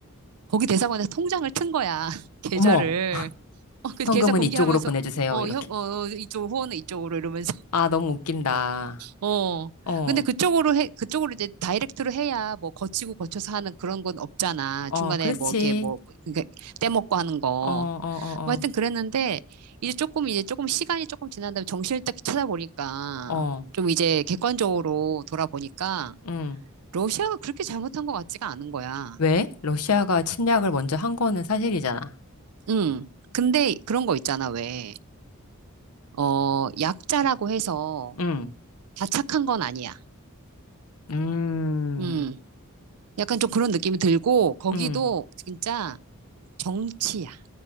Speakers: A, on the right (about 85°); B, on the left (about 75°).
A: 거기 대사관에서 통장을 튼 거야 <laughs> 계좌를.
B: 어머,
A: 어, 그 계좌
B: 현금은
A: 공개하면서
B: 이쪽으로 보내주세요.
A: 어,
B: 이렇게.
A: 형, 어, 어, 이쪽 후원은 이쪽으로 이러면서 <laughs>
B: 아, 너무 웃긴다.
A: 어.
B: 어,
A: 근데 그쪽으로 해 그쪽으로 이제 다이렉트로 해야 뭐 거치고 거쳐서 하는 그런 건 없잖아.
B: 어,
A: 중간에
B: 그렇지.
A: 뭐 이게 뭐 그게 떼먹고 하는 거.
B: 어, 어,
A: 뭐 하여튼 그랬는데, 이제 조금, 이제 조금 시간이 조금 지난 다음에 정신을 딱 찾아보니까,
B: 어, 어, 어,
A: 좀 이제 객관적으로 돌아보니까,
B: 응.
A: 러시아가 그렇게 잘못한 것 같지가 않은 거야.
B: 왜? 러시아가 침략을 먼저 한 거는 사실이잖아.
A: 응. 근데 그런 거 있잖아, 왜. 어, 약자라고 해서
B: 응,
A: 다 착한 건 아니야.
B: 음,
A: 음, 약간 좀 그런 느낌이 들고, 거기도
B: 음
A: 진짜 정치야.